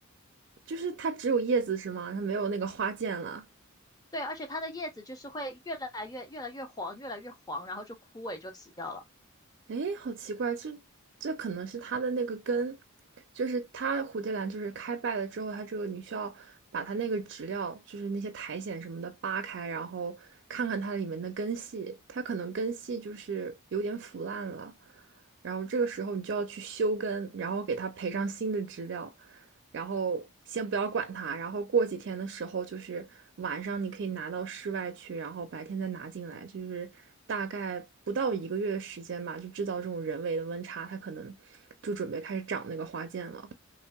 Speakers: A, on the right; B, on the left.
A: 就是它只有叶子是吗？它没有那个花剑了。
B: 对，而且它的叶子就是会越来越越来越黄，越来越黄，然后就枯萎就死掉了。
A: 诶，好奇怪，这这可能是它的那个根，就是它蝴蝶兰就是开败了之后，它这个你需要把它那个植料，就是那些苔藓什么的扒开，然后看看它里面的根系，它可能根系就是有点腐烂了，然后这个时候你就要去修根，然后给它培上新的植料，然后先不要管它，然后过几天的时候，就是晚上你可以拿到室外去，然后白天再拿进来，就是大概不到一个月的时间吧，就制造这种人为的温差，它可能就准备开始长那个花剑了。